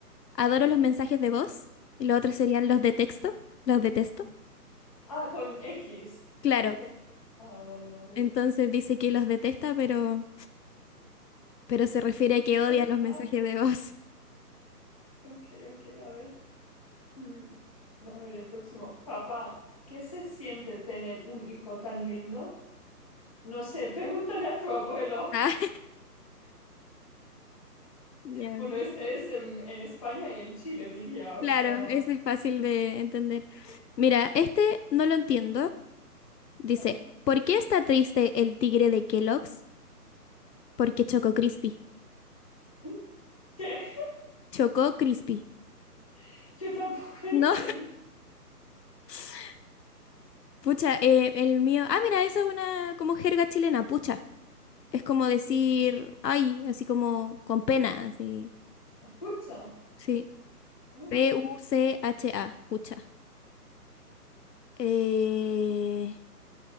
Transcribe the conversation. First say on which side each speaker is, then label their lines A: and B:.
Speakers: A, on the left (about 80°); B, on the left (about 20°).
A: Adoro los mensajes de voz. Y los otros serían los de texto. Los detesto.
B: Ah, con X,
A: Claro.
B: de tex- Ah, vale, vale.
A: Entonces dice que los detesta, pero, pero se refiere a que odia
B: Exacto.
A: los mensajes de voz. <laughs>
B: Ok, ok, a ver. Mm, a ver, el próximo. Papá, ¿qué se siente tener un hijo tan lindo? No sé, pregúntale a tu abuelo.
A: Ah, ya
B: Bueno, este es en, en España y en Chile, diría, o
A: Claro,
B: sea.
A: ese es fácil de entender.
B: sí.
A: Mira, este no lo entiendo. Dice,
B: A ver.
A: ¿por qué está triste el tigre de Kellogg's? Porque chocó Crispy.
B: Mm, ¿Qué?
A: Chocó Crispy.
B: <laughs> Yo tampoco entiendo.
A: No, <laughs> pucha, eh, el mío. Ah, mira, eso es una como jerga chilena, pucha. Es como decir, ay, así como con pena, así.
B: Pucha.
A: Sí.
B: Ah,
A: P-U-C-H-A,
B: No.
A: pucha. Eh...